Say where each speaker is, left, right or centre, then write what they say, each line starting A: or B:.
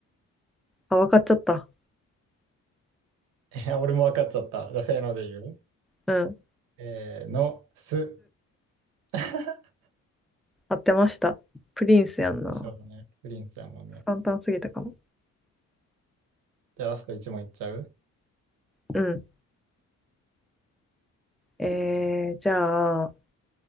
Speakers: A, in the centre; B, on the right.
A: あ、わかっちゃった。
B: <laughs> え、俺も分かっちゃった。じゃあ、せーので言う。
A: うん。
B: せーの、す。<laughs>
A: 合ってました。プリンスやんな。
B: でしょうね。プリンスだもんね。
A: 簡単すぎたかも。
B: じゃあ、ラスト1問いっちゃう。
A: うん。えー、じゃあ、